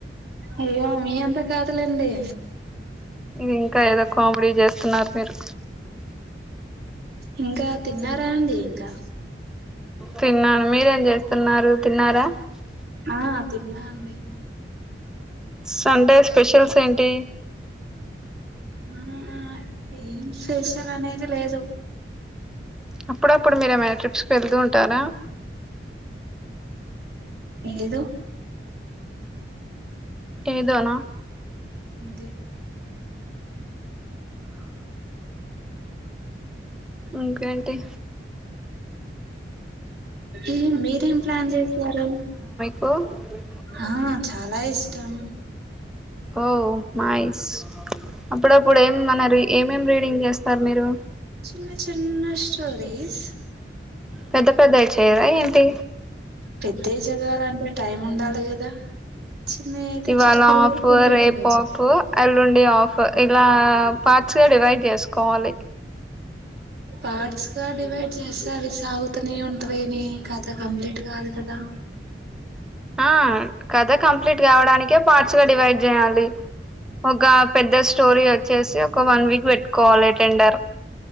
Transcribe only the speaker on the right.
అయ్యో మీ అంతా కాదులెండి
ఇంకా తిన్నారా అండి ఇంకా
ఆ తిన్నా అండి
ఆ ఏం స్పెషల్ అనేది లేదు
ఏదో
అంత
ఏ మీరేం ప్లాన్ చేసారు
ఆ చాలా ఇష్టం
చిన్న చిన్న స్టోరీస్
పెద్దవి చదవాలంటే టైం ఉండాలి కదా చిన్నయి అయితే
చిటికల్లో
కంప్లీట్
చేయొచ్చు
పార్ట్స్ గా డివైడ్ చేస్తే అవి సాగుతూనే ఉంటది నీ కథ కంప్లీట్ కాదు కదా